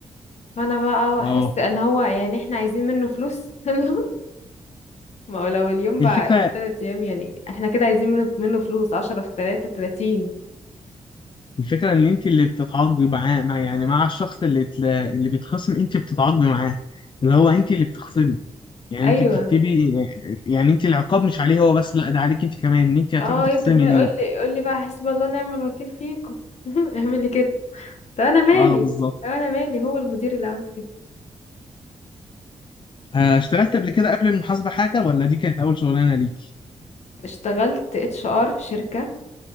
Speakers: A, on the left; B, on the left.
A: فانا بقى احس
B: اه
A: ان هو يعني احنا عايزين منه فلوس <laughs> ما هو لو اليوم بقى
B: الفكرة
A: بتلات أيام يعني احنا كده عايزين منه منه فلوس عشرة في تلاتة تلاتين
B: الفكرة إن أنت اللي بتتعاقبي معاه مع يعني مع الشخص اللي تل... اللي بيتخصم أنت بتتعاقبي معاه اللي هو أنت اللي بتخصمي يعني
A: أيوة
B: أنت بتكتبي يعني أنت العقاب مش عليه هو بس لا ده عليك أنت كمان إن أنت هتروحي
A: اه
B: تخصمي
A: يفضل بقى يقول
B: ليه
A: لي يقول لي بقى حسب الله ونعم الوكيل فيكم <laughs> اعملي كده طب أنا مالي
B: أه بالظبط
A: طب أنا مالي هو المدير اللي عاوز كده
B: آه، اشتغلت قبل كده قبل المحاسبة حاجة ولا دي كانت أول شغلانة ليك؟
A: اشتغلت اتش ار في شركة